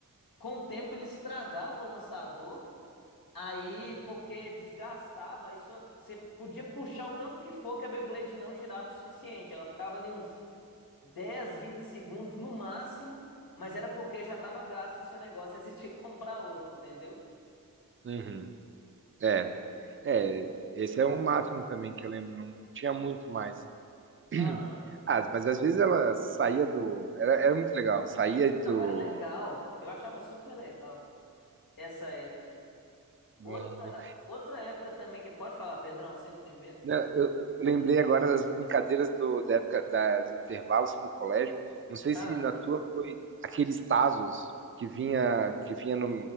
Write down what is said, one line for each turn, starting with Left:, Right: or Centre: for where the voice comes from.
Left: com o tempo ele estragava o lançador. Aí, porque desgastava, isso você podia puxar o tanto que for que a Beyblade não girava o suficiente. Ela ficava ali uns 10, 20 segundos no máximo, mas era porque já estava gasto o seu negócio, aí você <laughs> tinha que comprar outro, entendeu?
Right: Uhum. É, é, esse é o máximo também que eu lembro, não tinha muito mais. <clears throat>
Left: Aham.
Right: Ah, mas às vezes ela saía do. Era, era muito legal, saía do.
Left: Não, era legal. Eu achava super legal essa época.
Right: Bom,
Left: Outra, outra época também que pode falar, Pedrão, você primeiro, porque
Right: né,
Left: eu sei
Right: eu eu
Left: que já
Right: lembrei
Left: tá pensando
Right: agora das
Left: nessa
Right: brincadeiras
Left: coisa.
Right: do, da época da- do intervalo assim, no colégio. Não sei
Left: Ah,
Right: se na tua foi aqueles tazos que vinha, que vinha no,